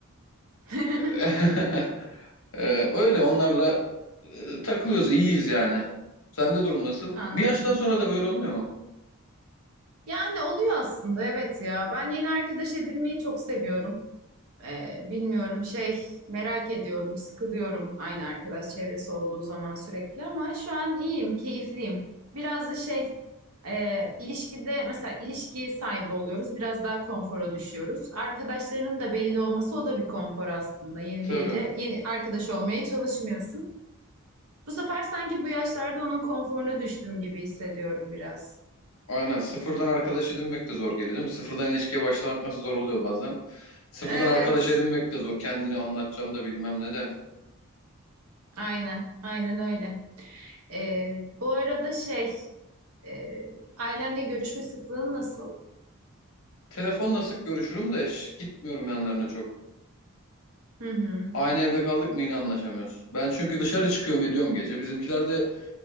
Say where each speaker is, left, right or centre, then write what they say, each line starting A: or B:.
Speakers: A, on the right; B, on the left.
A: <laughs>
B: <laughs> Ee, öyle onlarla e, takılıyoruz iyiyiz yani. Sende durum nasıl?
A: Anladım.
B: Bir yaştan sonra da böyle olmuyor mu?
A: Yani oluyor aslında evet ya. Ben yeni arkadaş edinmeyi çok seviyorum. Ee, bilmiyorum şey merak ediyorum, sıkılıyorum aynı arkadaş çevresi olduğu zaman sürekli ama şu an iyiyim, keyifliyim. Biraz da şey e, ilişkide mesela ilişki sahibi oluyoruz, biraz daha konfora düşüyoruz. Arkadaşlarının da belli olması o da bir konfor aslında. Yeni
B: Tabii.
A: biriyle yeni arkadaş olmaya çalışmıyorsun. Bu sefer sanki bu yaşlarda onun konforuna düştüm gibi hissediyorum biraz.
B: Aynen. Sıfırdan arkadaş edinmek de zor geliyor değil mi? Sıfırdan ilişkiye başlamak nasıl zor oluyor bazen. Sıfırdan
A: Evet,
B: arkadaş edinmek de zor. Kendini anlatacağını da bilmem ne de.
A: aynen, aynen öyle. Ee, bu arada şey. Ee, ailenle görüşme sıklığın nasıl?
B: Telefonla sık görüşürüm de şş, gitmiyorum yanlarına çok.
A: Hı hı.
B: Aynı evde kaldık mı yine anlaşamıyoruz. Ben çünkü dışarı çıkıyorum ediyorum gece. Bizimkiler de